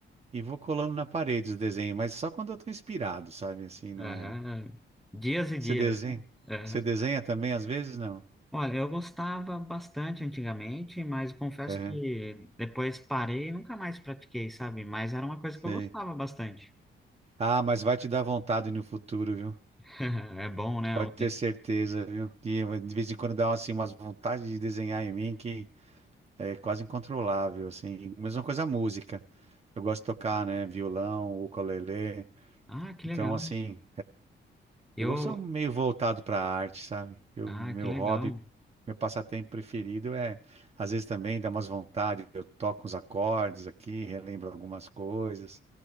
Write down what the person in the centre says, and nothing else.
aham.
Dias e dias.
aham.
Olha, eu gostava bastante antigamente, mas confesso
que depois parei e nunca mais pratiquei, sabe? Mas era uma coisa
que eu gostava bastante.
<laughs> É bom, né?
O tempo-
Ah, que
legal.
Eu.
Ah,
que legal.